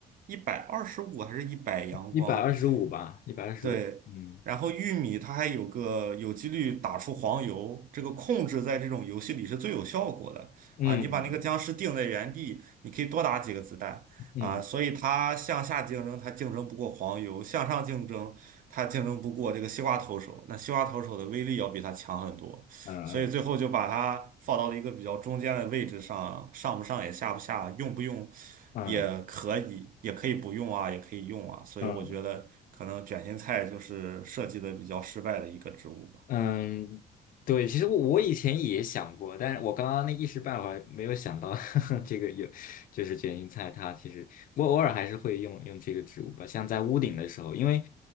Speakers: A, on the right (about 55°); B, on the left (about 55°).
A: 一百二十五还是一百阳光，
B: 一百二十五吧，一百二十五。
A: 对，
B: 嗯
A: 然后玉米它还有个有几率打出黄油，这个控制在这种游戏里是最有效果的啊！
B: 嗯嗯
A: 你把那个僵尸定在原地，你可以多打几个子弹啊，
B: 嗯
A: 所以它向下竞争，它竞争不过黄油；向上竞争，它竞争不过这个西瓜投手。那西瓜投手的威力要比它强很多。
B: 嗯
A: 所以最后就把它放到了一个比较中间的位置上，上不上也下不下，用不用
B: 嗯
A: 也可以，也可以不用啊，也可以用啊。所以我觉得可能卷心菜就是设计的比较失败的一个植物吧。
B: 嗯嗯，对，其实我我以前也想过，但是我刚刚那一时半会儿没有想到 <laughs> 这个有，就是卷心菜它其实我偶尔还是会用用这个植物吧，像在屋顶的时候，因为